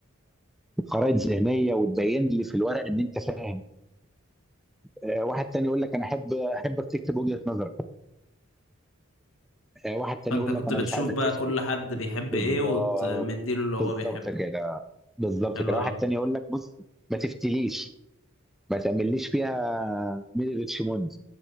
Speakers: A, in the centre; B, on the left (about 70°).
A: وخرائط ذهنيه وتبين لي في الورق ان انت فاهم آه، واحد تاني يقول لك انا احب احبك تكتب وجهه نظر آه، واحد تاني
B: فانت
A: يقول
B: كنت
A: لك انا
B: بتشوف
A: مش عايزك
B: بقى
A: تفتي
B: كل حد بيحب
A: بالظبط
B: ايه وتمديله اللي هو
A: بالظبط
B: بيحبه
A: كده بالظبط
B: حلو
A: كده واحد
B: قوي
A: تاني يقول لك بص ما تفتليش ما تعمليش فيها ميري ريتشموند